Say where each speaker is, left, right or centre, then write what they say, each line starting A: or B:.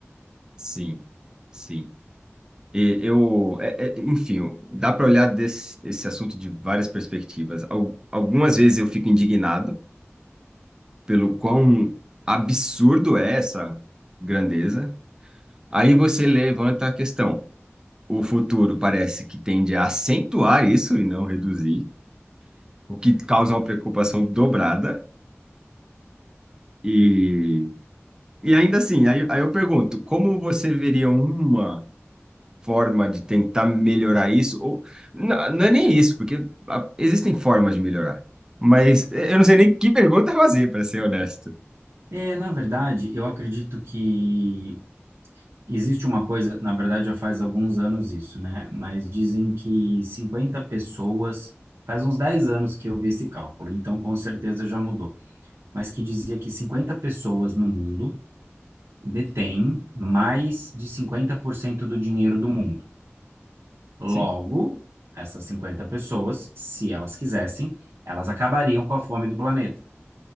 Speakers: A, on the right; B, on the right.
A: Sim, sim. E eu, é- é- enfim, dá para olhar desse, esse assunto de várias perspectivas. Al- Algumas vezes eu fico indignado pelo quão absurdo é essa grandeza. Aí você levanta a questão. O futuro parece que tende a acentuar isso e não reduzir, o que causa uma preocupação dobrada. E, e ainda assim, aí, aí eu pergunto, como você veria uma forma de tentar melhorar isso, ou não, não é nem isso, porque ah, existem formas de melhorar, mas eh, eu não sei nem que pergunta fazer, para ser honesto.
B: É, na verdade, eu acredito que Existe uma coisa, na verdade já faz alguns anos isso, né? Mas dizem que 50 pessoas, faz uns 10 anos que eu vi esse cálculo, então com certeza já mudou, mas que dizia que 50 pessoas no mundo detêm mais de 50% do dinheiro do mundo. Logo,
A: Sim,
B: essas 50 pessoas, se elas quisessem, elas acabariam com a fome do planeta